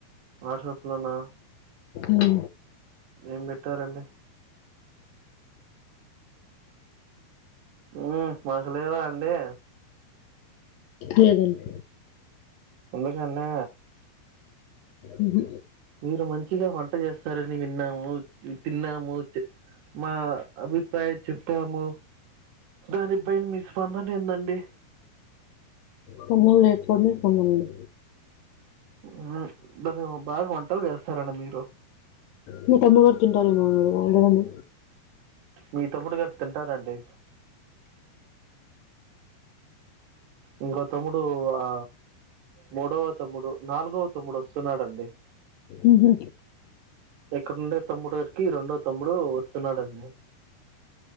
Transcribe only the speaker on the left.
ఊమ్
లేదండి
ఊహు
కొమ్మలు లేక్కొని కొంగండి
మీ తమ్ముడు గారు తింటారేమో అడగండి
ఊహు